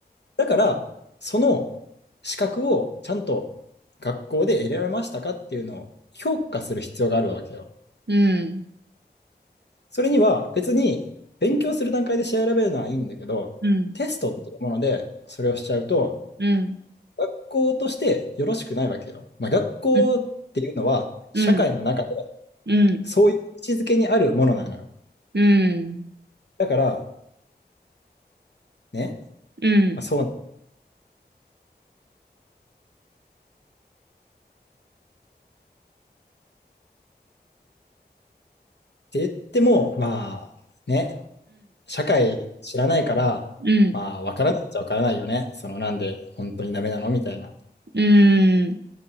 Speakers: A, on the left; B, on the right.
A: だから、その資格をちゃんと学校で得られましたかっていうのを評価する必要があるわけよ。
B: うん。
A: それには別に勉強する段階で調べるのはいいんだけど、
B: うん。
A: テストっていうものでそれをしちゃうと、
B: うん。
A: 学校としてよろしくないわけよ。まあ、学校っていうのは社会の中
B: うん。うん。うん。
A: そういう位置づけにあるものなのよ。
B: うん。
A: だから、ね、
B: うん。
A: まあ、そうって言っても、まあ、ね、社会知らないから、
B: うん。
A: まあ、わからないっちゃわからないよね。その、なんで本当にダメなのみたいな。
B: うん。